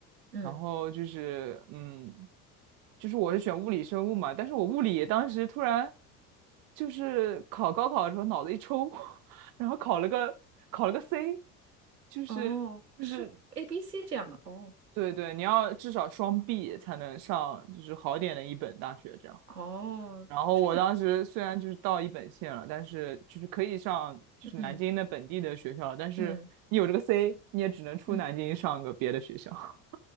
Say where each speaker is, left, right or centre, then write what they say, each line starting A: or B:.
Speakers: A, on the right (about 75°); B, on the right (about 45°).
A: 嗯，
B: 然后就是嗯，就是我是选物理生物嘛，但是我物理当时突然就是考高考的时候脑子一抽，<laughs> 然后考了个考了个 C，就是就是
A: 哦，是 A、B、C 这样的，哦
B: 对对，你要至少双 B 才能上，就是好点的一本大学这样。
A: 哦，
B: 然后我当时虽然就是到一本线了，
A: 这样，
B: 但是就是可以上就是南京的本地的学校，
A: 嗯
B: 但是你有这个
A: 嗯
B: C，你也只能出南京上个别的学校。
A: 嗯，
B: <laughs>